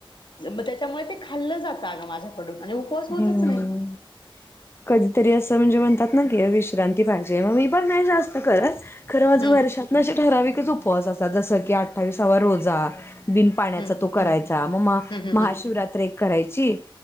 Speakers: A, on the left; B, on the left.
A: मग त्याच्यामुळे ते खाल्लं जातं अगं माझ्याकडून आणि उपवास होतच
B: हम्म
A: नाही
B: कधीतरी असं म्हणजे म्हणतात ना की विश्रांती पाहिजे मग मी पण नाही जास्त खरच खरं माझं
A: हम्म
B: वर्षातनं असे ठराविकच उपवास असतात जस की अठ्ठावीसावा रोजा बिन पाण्याचा
A: हम्म
B: तो करायचा मग म
A: हम्म हम्म
B: महाशिवरात्री
A: हम्म
B: एक करायची